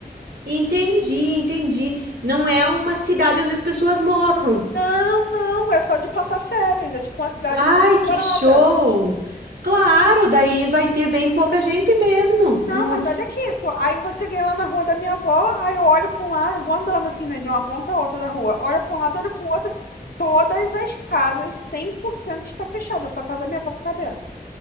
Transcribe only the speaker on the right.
Entendi, entendi. Não é uma cidade onde as pessoas moram.
Ai,
que show! Claro, daí vai ter bem pouca gente mesmo.
Não...